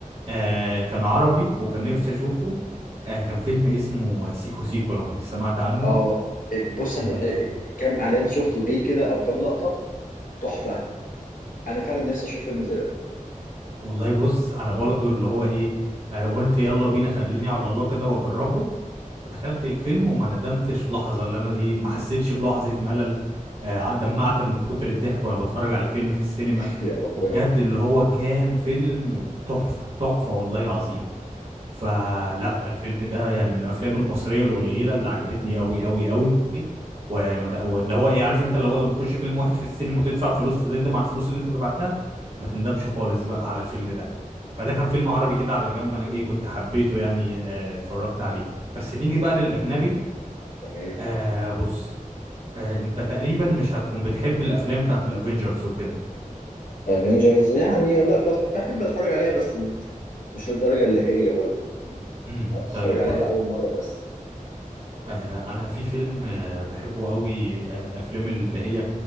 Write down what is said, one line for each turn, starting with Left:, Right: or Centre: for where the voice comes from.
Right: آه كان عربي وكان نفسي اشوفه آه كان فيلم اسمه سيكو سيكو لو كنت سمعت عنه
Left: اه إيه، بص
Right: آه
Left: أنا إيه، كام إعلان شفته ليه كده أو كام لقطة تحفة أنا فعلا نفسي أشوف فيلم زي ده
Right: والله بص انا برضو اللي هو ايه آه قلت يلا بينا خليني على الله كده واجربه ودخلت الفيلم وما ندمتش لحظة اللي انا ايه ما حسيتش بلحظة ملل آه دمعت من كتر الضحك وانا بتفرج على الفيلم في السينما
Left: <laughs> يا ربنا
Right: وبجد اللي هو كان فيلم تحفة تحفة والله العظيم فلا الفيلم ده يعني من الافلام المصريه القليله اللي عجبتني قوي قوي قوي وما ده- واللي هو ايه عارف انت اللي هو لما تخش فيلم وحش في السينما وتدفع فلوس فتندم على الفلوس اللي انت دفعتها ما تندمش خالص بقى على الفيلم ده فده كان فيلم عربي كده على جنب انا ايه كنت حبيته يعني آه اتفرجت عليه بس اللي نيجي بقى للاجنبي
Left: تمام
Right: آه بص آه انت تقريبا مش هتكون بتحب الافلام بتاعت الافينجرز وكده
Left: افنجرز يعني لا بتح- بحب أتفرج عليها بس م- مش للدرجة اللي هي برضو م-
Right: امم
Left: بتفرج
Right: طيب
Left: عليها
Right: بص
Left: لأول مرة بس
Right: آه انا في فيلم آه بحبه قوي آه الافلام اللي هي